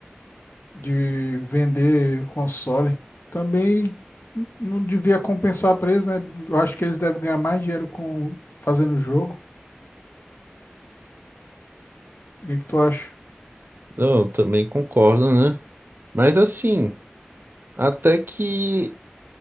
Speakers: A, on the left (about 65°); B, on the right (about 55°).
A: de vender console. Também n- não devia compensar preço, né? Eu acho que eles devem ganhar mais dinheiro com fazendo jogo. O que que tu acha?
B: Não, Eu também concordo, né? Mas assim, até que